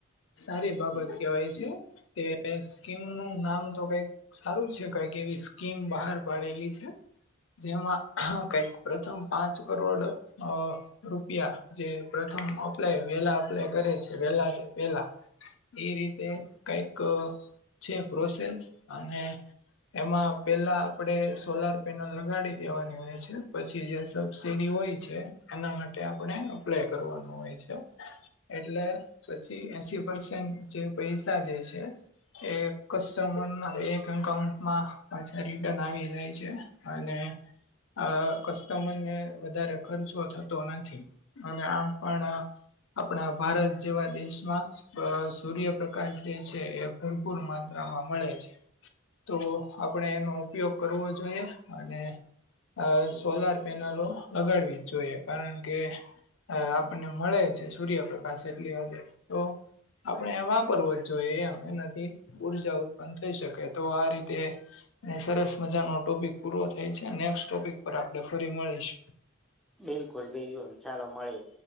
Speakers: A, on the left; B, in the centre.
A: સારી બાબત કેવાય છે, તે સ્કીમ નું નામ તો કઈક સારું છે, કઈક એવી સ્કીમ બહાર પાડેલી છે, જેમાં હ કંઈક પ્રથમ પાંચ કરોડ રૂપિયા જે પ્રથમ અપ્લાય વેલા અપ્લાય કરે છે, વેલા તે પેલા. એ રીતે કઈક છે, પ્રોસેસ અને એમાં પેલા આપડે સોલાર પેનલ લગાડી દેવાની. હોય છે, પછી જે સબસીડી હોય છે, એના માટે આપણે અપ્લાય કરવાનું હોય છે. એટલે પછી એસી પર્સેન્ટ જે પૈસા જે છે. એ કસ્ટમરના એક અકાઉન્ટમાં પાછા રિટન આવી જાય છે. અને આ કસ્ટમરને વધારે ખર્ચો થતો નથી, અને આમ પણ. આપણા ભારત જેવા દેશમાં સૂર્યપ્રકાશ જે છે, એ ભરપૂર માનમાં મળે છે. તો આપણે એનો ઉપયોગ કરવો જોઈએ, અને અ સોલાર પેનલો લગાડવી જ જોઈએ, કારણ કે અ આપણને મળે, સૂર્યપ્રકાશ એટલી હદે આપણે એ વાપરવો જ જોઈએ, એમેના ઉર્જા ઉત્પન્ન થઈ શકે, તો આ રીતે અને સરસ મજાનો ટોપિક પૂરો થાય છે, નેક્સ્ટ ટોપિક પર આપણે ફરી મળીશ.
B: બિલકુલ, બિલકુલ ચાલો મળીએ.